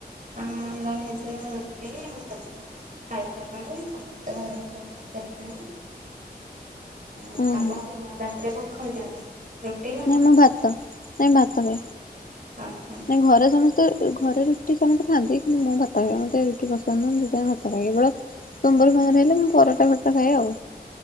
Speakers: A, on the right; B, on the left.
A: ହୁଁ। ଆମର ହେଇଥିଲା ରୁଟି ଆମ ଭଜା ଖାଇସାରିଲାଣି ସମସ୍ତେ ଘର ବି ସବୁ ଖାଇସାରିଲାଣି। ହ
B: ଉୁଁ
A: ଆପଣ
B: ହୁଁ
A: ରାତିରେ କଣ ଖାଉଛନ୍ତି? ରୁଟି ନା
B: ନାଇଁ ମୁଁ ଭାତ ନାଇଁ ଭାତଖାଏ
A: ଓହୋ
B: ନାଇଁ ଘରେ ସମସ୍ତେ ଘରେ ରୁଟି ସମସ୍ତେ ଖାଆନ୍ତି କିନ୍ତୁ ମୁଁ ଭାତ ଖାଏ ମୋତେ ରୁଟି ପସନ୍ଦୁନୁହଁ ମୁଁ ସେଥିପାଇଁ ଭାତ ଖାଏ କେବଳ ସୋମବାର ହେଲେ ମୁଁ ପରଟା ଫରଟା ଖାଏ ଆଉ।